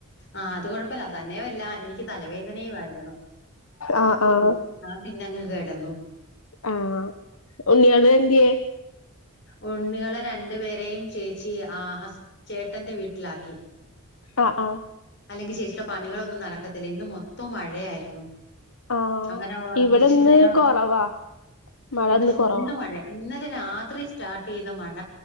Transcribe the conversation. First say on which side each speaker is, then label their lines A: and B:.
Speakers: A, on the left; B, on the left.
A: ആഹ് അത് കൊഴപ്പല്ല തന്നെയൊല്ലാ എനിക്ക് തലവേദനയും ആയിരുന്നു.
B: ആഹ് ആഹ്.
A: പിന്നങ്ങ് കേടന്നു.
B: ആഹ് ഉണ്ണിയാള് എന്ത്യേ?
A: ഉണ്ണിയാളെ രണ്ടു പെരേയും ചേച്ചി ആ ഹസ് ചേട്ടന്റെ വീട്ടിലാക്കി.
B: ആഹ് ആഹ്.
A: അല്ലെങ്കി ചേച്ചിടെ പണികളൊന്നും നടക്കത്തില്ല ഇന്ന് മൊത്തം മഴയായിരുന്നു.
B: ആഹ്
A: അങ്ങനെ
B: ഇവിടെന്ന്
A: ഇച്ചിരി നേരം.
B: കൊറവാ മഴ
A: ഇന്ന് ഫുള്ള്
B: കൊറവാ
A: മഴയാ. ഇന്നലെ രാത്രി സ്റ്റാർട്ട് ചെയ്ത മഴ